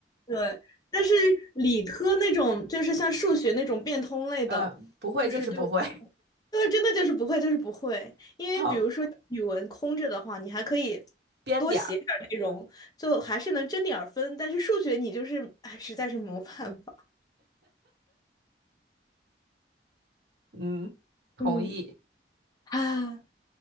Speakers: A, on the left; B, on the right.
A: 对，但是理科那种就是像数学那种变通类的，
B: 嗯、不会就是不会。
A: 就是对我来说，对，真的就是不会，就是不会。
B: <laughs>
A: 因为比如说语文空着的话，
B: 好。
A: 你还可以
B: 编点儿。
A: 多写点儿内容，就还是能争点儿分。但是数学你就是，哎，实在是没有办法。
B: 嗯，同意。
A: 嗯啊，